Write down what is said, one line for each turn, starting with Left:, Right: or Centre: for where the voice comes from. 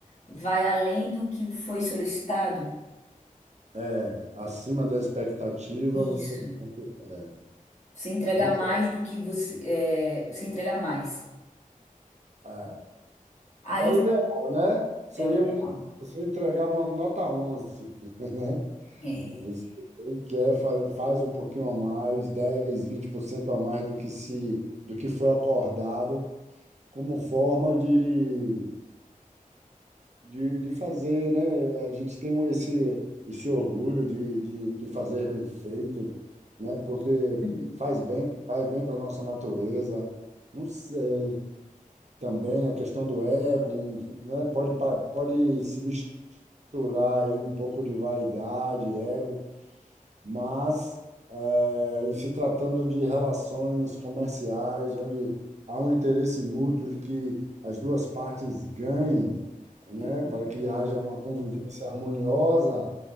Left: vai além do que foi solicitado?
Right: é, acima da expectativa, você.
Left: Isso.
Right: É,
Left: Você entregar
Right: esse-
Left: mais do que você, é, você entregar mais.
Right: é, é
Left: Aí
Right: é o ideal, né? Seria
Left: é o ideal.
Right: um, você entregar uma nota 11, <laughs> né?
Left: É.
Right: Você quer, fa- faz um pouquinho a mais, dez vinte por cento a mais do que se do que foi acordado, como forma de, de, de fazer, né? A gente tem esse, esse orgulho de, de, de fazer bem feito, né? Porque
Left: Uhum.
Right: faz bem, vai bem para a nossa natureza. Não sei, também a questão do ego, né? Pode, pa- pode se misturar aí um pouco de vaidade, ego mas eh, em se tratando de relações comerciais, onde há um interesse mútuo de que as duas partes ganhem, né,
Left: Sim,
Right: para que haja uma convivência harmoniosa,